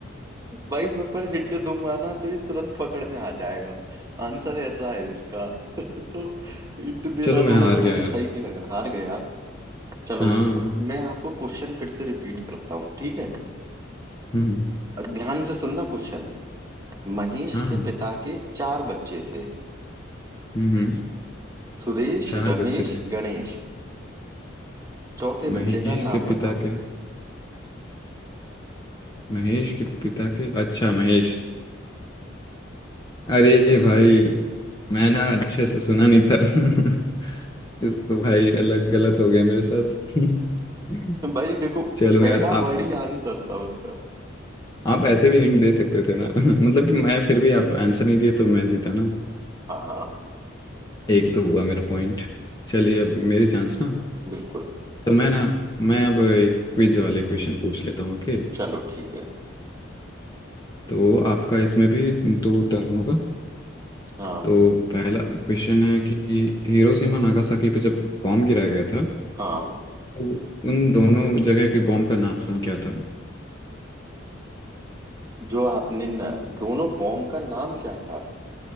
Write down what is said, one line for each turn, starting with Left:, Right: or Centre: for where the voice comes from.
Right: भाई मैं पर हिंट दूंगा ना तो ये तुरंत पकड़ में आ जाएगा आंसर ऐसा है इसका <laughs> तो हिंट दे
Left: चलो
Right: रहा
Left: मैं
Right: थोड़ा
Left: हार
Right: सा
Left: गया
Right: मुझे
Left: यार
Right: सही नहीं लग रहा हार गए आप चलो
Left: हाँ
Right: मैं आपको क्वेश्चन फिर से रिपीट करता हूँ ठीक है
Left: हम्म
Right: ध्यान से सुनना क्वेश्चन महेश
Left: हाँ हाँ
Right: के पिता के चार बच्चे थे
Left: हम्म
Right: सुरेश
Left: चार
Right: रमेश
Left: बच्चे थे
Right: गणेश चौथे
Left: महेश
Right: बच्चे का नाम
Left: के
Right: बताओ
Left: पिता के महेश के पिता के अच्छा महेश अरे भाई मैं ना अच्छे से सुना नहीं था <laughs> इस तो भाई अलग गलत हो गया मेरे साथ <laughs>
Right: भाई देखो
Left: चलो
Right: पहला
Left: यार आप
Right: वर्ड ही आंसर था उसका
Left: आप ऐसे भी हिंट दे सकते थे ना <laughs> मतलब कि मैं फिर भी आप आंसर नहीं दिए तो मैं जीता ना
Right: हाँ हाँ
Left: एक तो हुआ मेरा पॉइंट चलिए अब मेरी चांस ना
Right: बिल्कुल
Left: तो मैं ना मैं अब एक क्विज वाले क्वेश्चन पूछ लेता हूँ ओके
Right: चलो ठीक है
Left: तो आपका इसमें भी दो टर्न होगा
Right: हाँ
Left: तो पहला क्वेश्चन है कि हिरोशिमा नागासाकी पे जब बॉम्ब गिराया गया था
Right: हाँ
Left: तो उन दोनों जगह के बॉम्ब का नाम क्या था
Right: जो आपने न, दोनों बॉम्ब का नाम क्या था